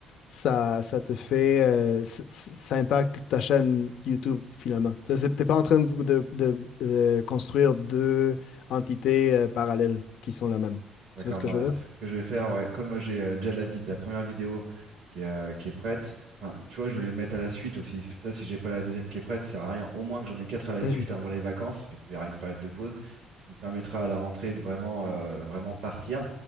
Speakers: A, on the left; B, on the right.
A: ça, ça te fait, euh, c- c- ça impacte ta chaîne YouTube finalement. Tu sais, c'est- T'es pas en train de, de- de- de construire deux entités euh, parallèles qui sont la même.
B: D'accord,
A: Tu vois ce
B: bah,
A: que je veux dire?
B: ce que je vais faire, ouais, comme euh, j'ai euh, déjà la, vid- la première vidéo qui est, euh, qui est prête, enfin, tu vois, je vais les mettre à la suite aussi. C'est pour ça, si j'ai pas la deuxième qui est prête, ça sert à rien. Au moins que j'en ai quatre à la
A: Mhm,
B: suite avant les vacances, parce qu'il y aura une période de pause, qui me permettra à la rentrée de vraiment, euh, vraiment partir.